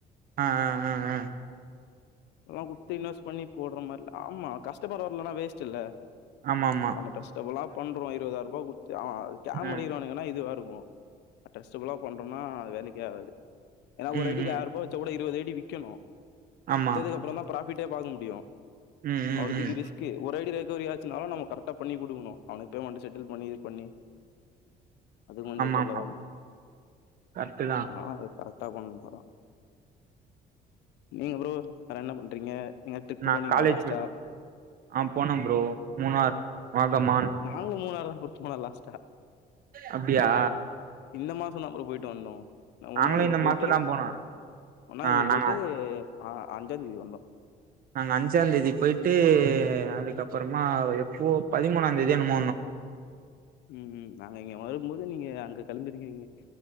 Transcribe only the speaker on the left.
எல்லா குத்து இன்வஸ் பண்ணி போட்ற மார்ல ஆமா கஷ்டப்பர்ற வர்லனா வேஸ்ட்டில்ல
நம்ம ட்ரஸ்டபளா பண்றோ இருவதாயிரபா குட்த்து அவ கேம்
அடிகறவனுகனா இதுவாருக்கு கட்டாஸ் சபிலா பண்றோனா அது வேலைக்கு ஆவாது ஏனா ஒரு
ஐடிக்கு
ஆயிரபா வச்சா கூட இருவது ஐடி விக்கணு
வித்ததுக்கப்றந்தா ப்ராபிட்டே பாக்க முடியு
அவ்ளோத்திக்கு
ரிஸ்க்கு ஒரைடி ரெக்கவரி ஆச்சுனாலு நமக்கு கரெக்டா பண்ணி குடுக்கணு அவனுக்கு பேமெண்ட்டு செட்டில் பண்ணி இது பண்ணி அது கொஞ்ச
தொல்லதா
ப்ரோ
ஆனாலு அது கரட் ட்டாபன் போறா நீங்க ப்ரோ வேற என்ன பண்றீங்க எங்க ட்ரிப்
போனீங்ளா
லாஸ்ட்டா
நாங்ளு மூனாருதா ப்ரோ போன லாஸ்ட்டா
இந்த மாசந்தா ப்ரோ போயிட்டு வந்தோ
ஒன்னாந் தேதி
போயிட்டு
ஒன்னாந்
தேதி
போயிட்டு ஆ அஞ்சாந்தேதி வந்தோ
உம் ம் நாங்க இங்க வரும்போது நீங்க அங்க கெளம்பிருக்கிறிங்க